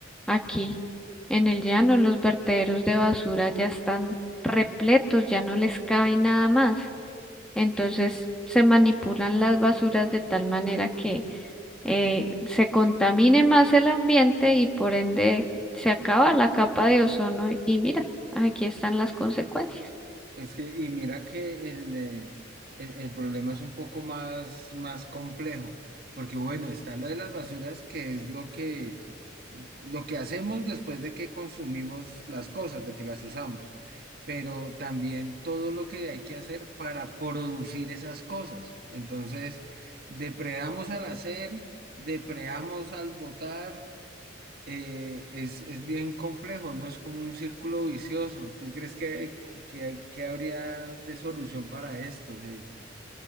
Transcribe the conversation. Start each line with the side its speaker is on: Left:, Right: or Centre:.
Centre: aquí en el llano, los vertederos de basura ya están repletos, ya no les cabe nada más. Entonces se manipulan las basuras de tal manera que eh, se contamine más el ambiente y por ende se acaba la capa de ozono y mira, aquí están las consecuencias.
Right: Es que, y mira que el, eh, el, el problema es un poco más, más complejo, porque bueno, está lo de las basuras, que es lo que, lo que hacemos después de que consumimos las cosas, de que las usamos, pero también todo lo que hay que hacer para producir esas cosas. Entonces, depredamos al hacer, depredamos al botar, eh, es, es bien complejo, no es como un círculo vicioso. ¿Tú crees que, que, que habría de solución para esto, Heidi?